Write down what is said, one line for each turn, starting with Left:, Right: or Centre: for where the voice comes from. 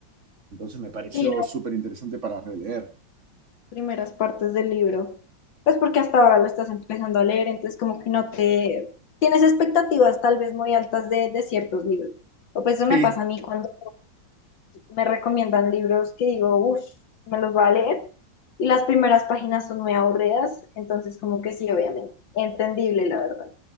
Right: Entonces me pareció
Left: Sí, las
Right: súper interesante para releer.
Left: primeras partes del libro, pues porque hasta ahora lo estás empezando a leer, entonces como que no te, tienes expectativas tal vez muy altas de, de ciertos libros, o pues eso me
Right: Sí,
Left: pasa a mí cuando me recomiendan libros que digo, uff, me los voy a leer. Y las primeras páginas son muy aburridas, entonces como que sí, obviamente, entendible la verdad.